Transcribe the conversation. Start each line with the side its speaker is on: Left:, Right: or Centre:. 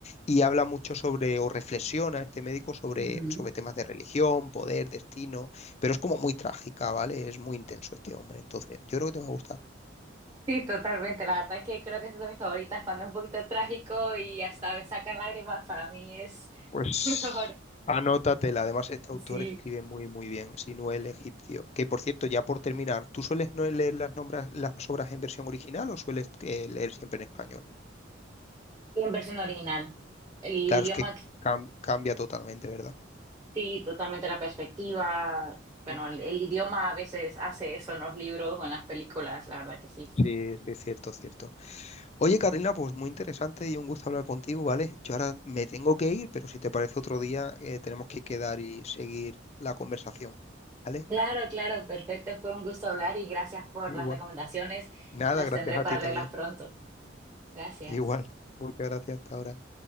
Left: y habla mucho sobre, o reflexiona este médico sobre,
Right: Ujú.
Left: sobre temas de religión, poder, destino, pero es como muy trágica, ¿vale? Es muy intenso este hombre, entonces yo creo que te va a gustar.
Right: Sí, totalmente. La verdad es que creo que esas son mis favoritas cuando es un poquito trágico y hasta me sacan lágrimas. Para mí es
Left: Pues
Right: <laughs> lo mejor.
Left: anótatela. Además, este autor
Right: Sí.
Left: escribe muy, muy bien. Sinuel egipcio. Que por cierto, ya por terminar, ¿tú sueles no leer las, nombras, las obras en versión original o sueles eh, leer siempre en español?
Right: Y en versión original. El
Left: Claro,
Right: idioma,
Left: es que cam- cambia totalmente, ¿verdad?
Right: sí, totalmente la perspectiva. Bueno,
Left: Mm.
Right: el, el idioma a veces hace eso en los libros o en las películas, la verdad que sí.
Left: Sí, sí, cierto, cierto. Oye, Carolina, pues muy interesante y un gusto hablar contigo, ¿vale? Yo ahora me tengo que ir, pero si te parece otro día, eh, tenemos que quedar y seguir la conversación, ¿vale?
Right: Claro, claro, perfecto. Fue un gusto hablar y gracias por
Left: Igual.
Right: las recomendaciones.
Left: Nada,
Right: Las
Left: gracias
Right: tendré
Left: a
Right: para
Left: ti
Right: leerlas
Left: también.
Right: pronto. Gracias.
Left: Igual. Muchas gracias hasta ahora.